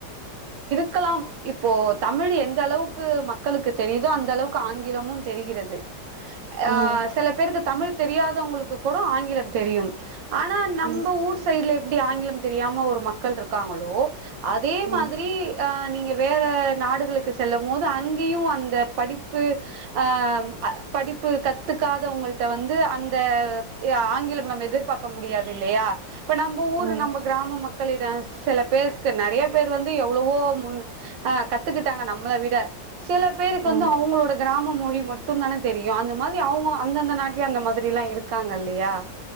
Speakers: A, on the right; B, on the right.
A: க்கலாம். இப்போ தமிழ் எந்த அளவுக்கு மக்களுக்கு தெரியுதோ அந்த அளவுக்கு ஆங்கிலமு தெரிகிறது. ஆ
B: ம்
A: சில பேருக்கு தமிழ் தெரியாதவங்களுக்கு கூட ஆங்கிலம் தெரியும் ஆனா நம்ப
B: ம்
A: ஊர் சைட்ல எப்டி ஆங்கிலம் தெரியாம ஒரு மக்கள் இருக்காங்களோ அதே
B: ம்
A: மாதிரி அ நீங்க வேற நாடுகளுக்கு செல்லு மோது அங்கியு அந்த படிப்பு அந்த அ படிப்பு கத்துக்காதவங்கள்ட்ட வந்து அந்த எ ஆங்கில நம்ம எதிர்பாக்க முடியாது இல்லயா இப்ப நம்ம ஊர்
B: ம்
A: நம்ம கிராம மக் க்களிட சில பேருக்கு நெறைய பேர் வந்து எவ்வவோ முன் அ கத்துக்கிட்டாங்க நம்மள விட சில பேருக்கு வந்து
B: ம்
A: அவங்களோட கிராமமு மொழி மட்டுதான தெரியு அந்த மாதிரி அவுங்க அந்த அந்த நாக்கே அந்த மாதிரி இப்பிடில்லா இருக்காங்க இல்லயா